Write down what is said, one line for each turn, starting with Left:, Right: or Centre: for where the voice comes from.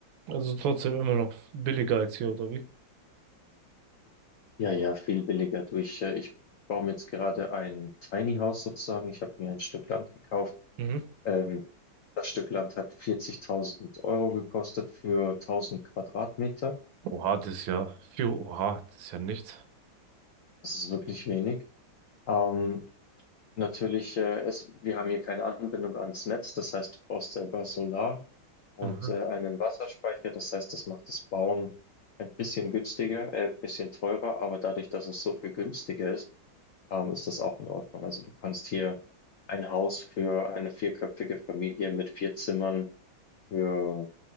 Right: Also trotzdem immer noch billiger als hier, oder wie?
Left: Ja, ja, viel billiger durch. Äh, ich baue mir jetzt gerade ein Tiny House sozusagen. Ich habe mir ein Stück Land gekauft.
Right: Mhm.
Left: Ähm, das Stück Land hat 40.000 Euro gekostet für 1000 Quadratmeter.
Right: Oha, das ist ja viel. Oha, das ist ja nichts.
Left: Das ist wirklich wenig. Ähm, Natürlich, äh, es, wir haben hier keine Anbindung ans Netz, das heißt, du brauchst selber Solar und
Right: Mhm.
Left: äh, einen Wasserspeicher, das heißt, das macht das Bauen ein bisschen günstiger, äh, ein bisschen teurer, aber dadurch, dass es so viel günstiger ist, ähm, ist das auch in Ordnung. Also du kannst hier ein Haus für eine vierköpfige Familie mit vier Zimmern für